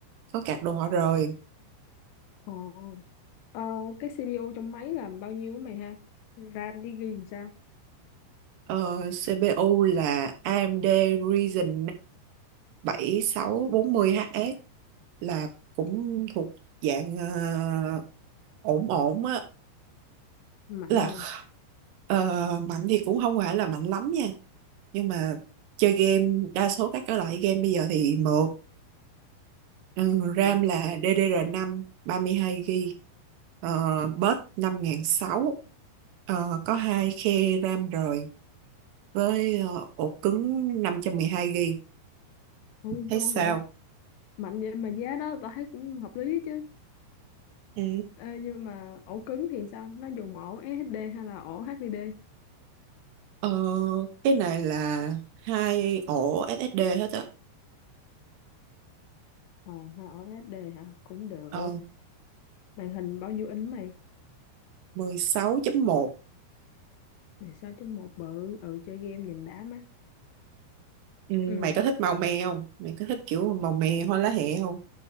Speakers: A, on the right (about 75°); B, on the left (about 75°).
A: có card đồ họa rồi
B: ồ ờ, cái CPU trong máy là bao nhiêu á mày ha RAM với ghi làm sao
A: Ờ, CPU là AMD Ryzen 5 7640HS là cũng thuộc dạng ờ, ổn ổn á
B: mạnh
A: là
B: hả
A: kh- ờ, mạnh thì cũng không phải là mạnh lắm nha nhưng mà chơi game đa số các cái loại game bây giờ thì mượt Ừ, RAM
B: ồ
A: là ddr mươi hai gb uh, bus 5600 Ờ, có hai khe RAM rồi với ờ, ổ cứng năm trăm mười hai gb
B: ôi
A: thấy
B: ngon
A: sao
B: mạnh vậy mà giá đó tao thấy cũng hợp lý chứ
A: Ừ.
B: Ê, nhưng mà ổ cứng thì sao nó dùng ổ SSD hay là ổ HDD
A: Ờ, cái này là hai ổ SSD hết á.
B: ờ hay ổ SSD hả cũng được
A: Ờ,
B: màn hình bao nhiêu inch mày
A: 16.1.
B: 16 một bự ừ chơi game nhìn đã mắt
A: Ừ,
B: ừ
A: mày có thích màu me không? Mày có thích kiểu màu me hoa lá hẹ không?